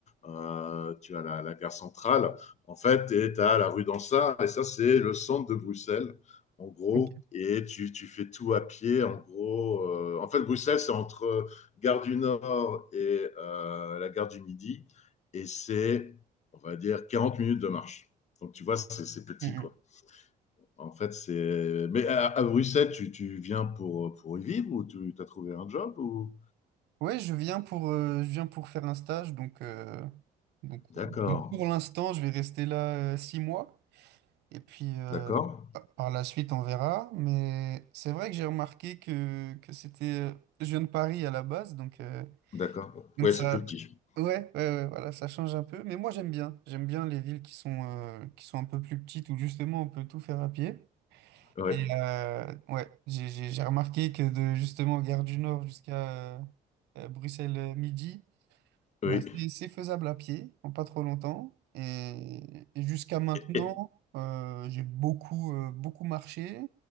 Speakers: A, on the left; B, on the right.
A: euh, tu as la, la gare centrale, en fait, et tu as la rue d'Ansart, et ça, c'est le centre de Bruxelles, en gros,
B: ok.
A: et tu, tu fais tout à pied, en gros. euh, en fait, Bruxelles, c'est entre gare du Nord et euh, la gare du Midi, et c'est, on va dire, 40 minutes de marche. Donc, tu vois, c'est c'est petit,
B: Mhm.
A: quoi. En fait, c'est. Mais à, à Bruxelles, tu, tu viens pour, pour y vivre ou tu as trouvé un job ou...
B: Ouais, je viens pour euh, je viens pour faire un stage, donc euh, donc,
A: D'accord,
B: donc pour l'instant, je vais rester là euh, six mois, et puis euh,
A: d'accord,
B: pa- par la suite, on verra. Mais c'est vrai que j'ai remarqué que que c'était, euh, je viens de Paris à la base, donc. euh,
A: d'accord.
B: Donc
A: Ouais,
B: ça,
A: c'est plus petit.
B: ouais, ouais, ouais, voilà, ça change un peu. Mais moi j'aime bien. J'aime bien les villes qui sont, euh, qui sont un peu plus petites où justement on peut tout faire à pied.
A: Ouais,
B: Et euh, ouais, j'ai j'ai- j'ai remarqué que de justement Gare du Nord jusqu'à euh, euh, Bruxelles euh, midi,
A: oui.
B: bah, c'est c'est faisable à pied, en pas trop longtemps. Et, et jusqu'à maintenant,
A: Et- et-
B: euh, j'ai beaucoup, euh, beaucoup marché,